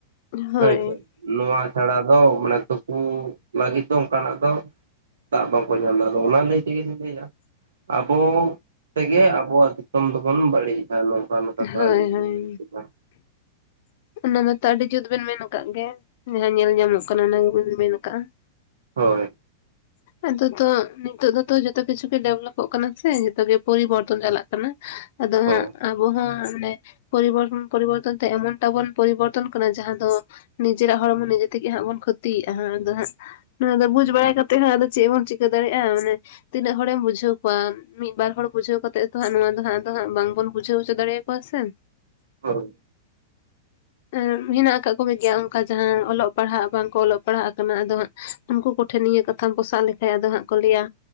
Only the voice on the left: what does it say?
ᱦᱳᱭ
ᱦᱳᱭ
ᱦᱳᱭ
ᱚᱱᱟ ᱢᱟᱛᱚ ᱟᱹᱰᱤ ᱡᱩᱛ ᱵᱤᱱ ᱢᱮᱱ ᱟᱠᱟᱫ ᱜᱮᱭᱟ ᱡᱟᱦᱟᱸ ᱧᱮᱞ ᱧᱟᱢᱚᱜ ᱠᱟᱱᱟ ᱚᱱᱟ ᱜᱮᱵᱤᱱ ᱢᱮᱱ ᱟᱠᱟᱫᱼᱟ ᱾
ᱟᱫᱚ ᱛᱚ ᱱᱤᱛᱚᱜ ᱫᱚ ᱛᱚ ᱡᱚᱛᱚ ᱠᱤᱪᱷᱩ ᱜᱮ ᱰᱮᱵᱷᱞᱚᱯᱚᱜ ᱠᱟᱱᱟ ᱥᱮ ᱡᱚᱛᱚᱜ ᱜᱮ ᱯᱚᱨᱤᱵᱚᱨᱛᱚᱱ ᱪᱟᱞᱟᱜ ᱠᱟᱱᱟ᱾ ᱟᱫᱚ
ᱦᱟᱜ ᱟᱵᱚ ᱦᱚᱸ ᱢᱟᱱᱮ ᱯᱚᱨᱤᱵᱚᱨᱛᱚᱱ ᱯᱚᱨᱤᱵᱚᱨᱛᱚᱱ ᱛᱮ ᱮᱢᱚᱱ ᱴᱟ ᱵᱚᱱ ᱯᱚᱨᱤᱵᱚᱨᱛᱚᱱ ᱠᱟᱱᱟ ᱡᱟᱦᱟᱸ ᱫᱚ ᱱᱤᱡᱮᱨᱟᱜ ᱦᱚᱲᱢᱚ ᱱᱤᱡᱮ ᱛᱮᱜᱮ ᱦᱟᱸᱜ ᱵᱚᱱ ᱠᱷᱚᱛᱤᱭᱮᱫᱼᱟ ᱟᱫᱚ ᱦᱟᱸᱜ ᱱᱚᱣᱟ ᱫᱚ ᱵᱩᱡ ᱵᱟᱲᱟᱟᱭ ᱠᱟᱛᱮᱜ ᱦᱚᱸ ᱟᱫᱚ ᱪᱮᱫ ᱵᱚᱱ ᱪᱤᱠᱟᱹ ᱫᱟᱲᱮᱭᱟᱜᱼᱟ ᱢᱟᱱᱮ ᱛᱤᱱᱟᱹᱜ ᱦᱚᱲᱮᱢ ᱵᱩᱡᱷᱟᱹᱣ ᱠᱚᱣᱟ ᱾ ᱢᱤᱫ ᱵᱟᱨ ᱦᱚᱲ ᱵᱩᱡᱷᱟᱹᱣ ᱠᱟᱛᱮᱜ ᱛᱚ ᱦᱟᱸᱜ ᱱᱚᱣᱟ ᱫᱚ ᱦᱟᱸᱜ ᱟᱫᱚ ᱦᱟᱸᱜ ᱵᱟᱝ ᱵᱚᱱ ᱵᱩᱡᱷᱟᱹᱣ ᱦᱚᱪᱚ ᱫᱟᱲᱮᱭᱟᱠᱚᱣᱟ ᱥᱮᱱ,
ᱟᱸ ᱦᱮᱱᱟᱜ ᱟᱠᱟᱜ ᱠᱚ ᱜᱮᱭᱟ ᱚᱱᱠᱟ ᱡᱟᱦᱟᱸ ᱚᱞᱚᱜ ᱯᱟᱲᱦᱟᱜ ᱵᱟᱝᱠᱚ ᱚᱞᱚᱜ ᱯᱟᱲᱦᱟᱜ ᱟᱠᱟᱱᱟ ᱟᱫᱚ ᱦᱟᱸᱜ ᱩᱱᱠᱩ ᱠᱚᱴᱷᱮᱱ ᱱᱤᱭᱟᱹ ᱠᱟᱛᱷᱟᱢ ᱥᱟᱵ ᱞᱮᱠᱷᱟᱡ ᱟᱫᱚ ᱦᱟᱸᱜ ᱠᱚ ᱞᱟᱹᱭᱟ